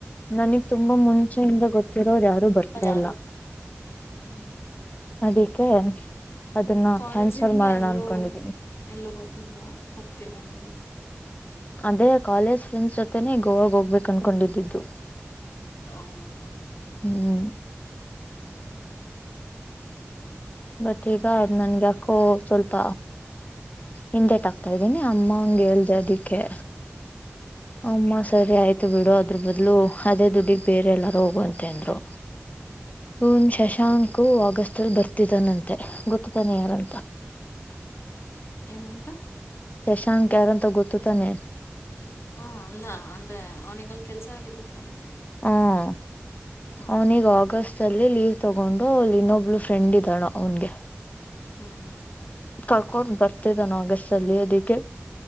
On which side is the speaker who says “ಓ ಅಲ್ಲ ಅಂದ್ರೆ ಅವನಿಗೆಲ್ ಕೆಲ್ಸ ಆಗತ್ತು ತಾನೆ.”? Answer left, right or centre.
Left